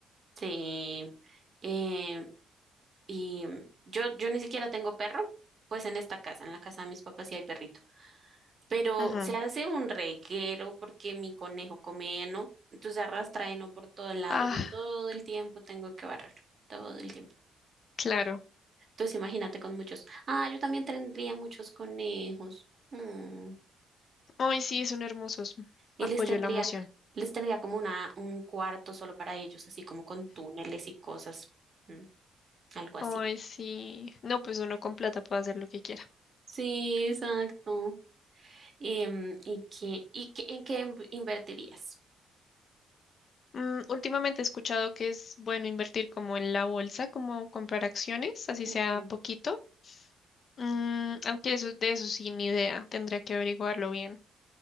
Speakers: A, on the right (about 45°); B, on the left (about 50°).
A: Sí. Eh, y yo, yo ni siquiera tengo perro, pues en esta casa, en la casa de mis papás sí hay perrito. Pero
B: Ujú.
A: se hace un reguero porque mi conejo come heno, entonces arrastra heno por todo el lado.
B: Ah,
A: Yo todo el tiempo tengo que barrerlo, todo el tiempo.
B: claro.
A: Entonces imagínate con muchos. Ah, yo también tendría muchos conejos. Mm.
B: Ay, sí, son hermosos.
A: Y
B: Apoyo
A: les tendría,
B: la moción.
A: les tendría como una, un cuarto solo para ellos, así como con túneles y cosas, mm, algo así.
B: Ay, sí. No, pues uno con plata puede hacer lo que quiera.
A: Sí, exacto. Em, ¿y qué, y qué, en qué inv- invertirías?
B: Mm, últimamente he escuchado que es bueno invertir como en la bolsa, como comprar acciones, así sea
A: Ujú.
B: poquito. Mm, aunque eso, de eso sí, ni idea. Tendría que averiguarlo bien.